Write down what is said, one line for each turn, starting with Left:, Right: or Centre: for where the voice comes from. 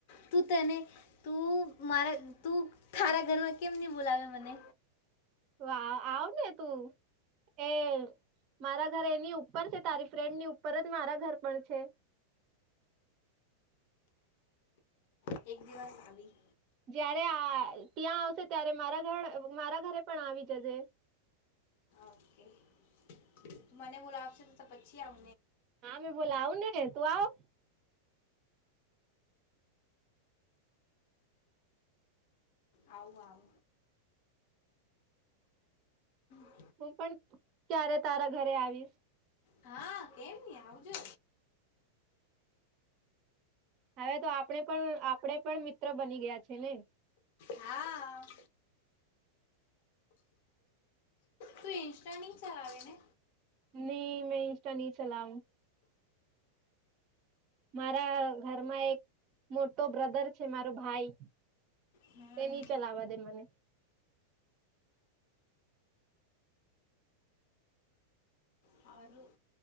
Left: તું તને તું મારા તું તારા ઘરમાં કેમ નહી બોલાવે મને
Right: વાવ આવ ને તું એ મારા ઘર એની ઉપર છે તારી ફ્રેન્ડ ની ઉપર જ મારા ઘર પણ છે
Left: હ એક દિવસ આવી
Right: જયારે આ ત્યાં આવશે ત્યારે મારા ઘર મારા ઘરે પણ આવી જજે
Left: ઓકે <unintelligible> મને બોલા આપશે તો પછી આવ
Right: હા મેં બોલા આવું ને તું આવ
Left: આવું આવ <inaudible>
Right: હું પણ ક્યારે તારા ઘરે આવીશ
Left: હા કેમ નહ આવજે
Right: હવે તો આપણે પણ આપણે પણ મિત્ર બની ગયા છે ને
Left: હા તું ઇન્સ્ટા નહી ચલાવે ને
Right: નહી મે ઇસ્ટા ન ચલાઉ મારા ઘરમાં એક મોટો બ્રધર છે મારો ભાઈ
Left: હમ
Right: તે ની ચલાવા દે મને
Left: સારું